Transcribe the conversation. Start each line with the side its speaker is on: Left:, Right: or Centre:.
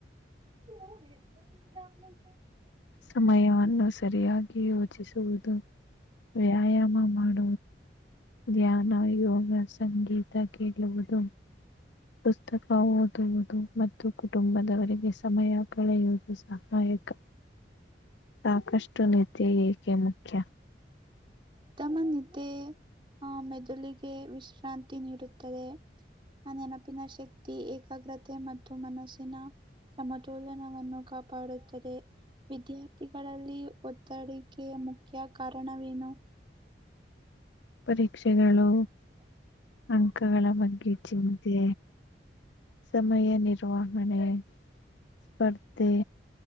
Right: ಭಜನಾ ನೀರಿ ಅಮಲ್
Left: ಸಮಯವನ್ನು ಸರಿಯಾಗಿ ಯೋಚಿಸುವುದು ವ್ಯಾಯಾಮ ಮಾಡ ಧ್ಯಾನ ಯೋಗ ಸಂಗೀತ ಕೇಳುವುದು ಪುಸ್ತಕ ಓದುವುದು ಮತ್ತು ಕುಟುಂಬದವರಿಗೆ ಸಮಯ ಕಳೆಯುವುದು ಸಹಾಯಕ
Right: ಹ
Left: ಸಾಕಷ್ಟು ನಿದ್ದೆ ಏಕೆ ಮುಖ್ಯ
Right: ಉತ್ತಮ ಇತ್ತ ಆಹ ಮೆದುಳಿಗೆ ವಿಶ್ರಾಂತಿ ನೀಡುತ್ತದೆ ಆ ನೆನಪಿನ ಶಕ್ತಿ ಏಕಾಗ್ರತೆ ಮತ್ತು ಮನಸ್ಸಿನ ಸಮತೋಲನ ಕಾಪಾಡುತ್ತದೆ ವಿದ್ಯಾರ್ಥಿಗಳಲ್ಲಿ ಒ ಒತ್ತಡಿಕೆಯ ಮುಖ್ಯ ಕಾರಣವೇನು
Left: ಪರಿ ಪಕ್ಷೆಗಳು ಅಂಕಗಳ ಬಗ್ಗೆ ಚಿಂತೆ ಸಮಯ ನಿರ್ವಹಣೆ ಸ್ಪರ್ಧೆ